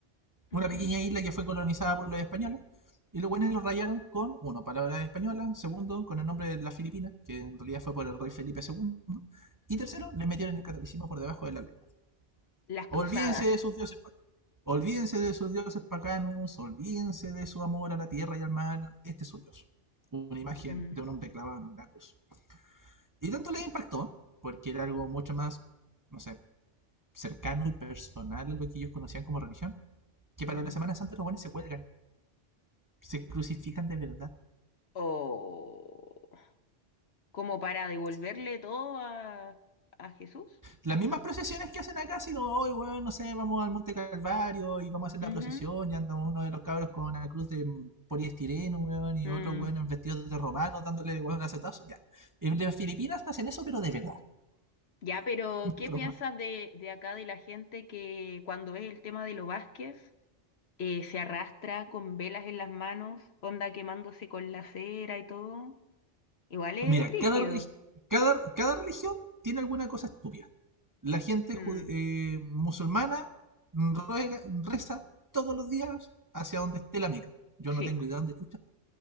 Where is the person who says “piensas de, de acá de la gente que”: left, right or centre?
Left